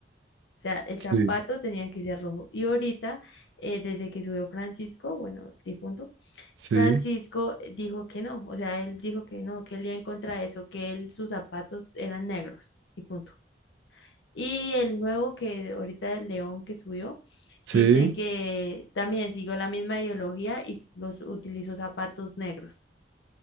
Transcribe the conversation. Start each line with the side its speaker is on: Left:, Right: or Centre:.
Left: sea, el
Right: sí,
Left: zapato tenía que ser rojo. Y ahorita, eh, desde que subió Francisco, bueno, el difunto,
Right: sí,
Left: Francisco eh, dijo que no, o sea, él dijo que no, que él iba en contra de eso, que él, sus zapatos eran negros y punto. Y el nuevo que ahorita el león que subió,
Right: sí,
Left: dice que también siguió la misma ideología y los utilizó zapatos negros.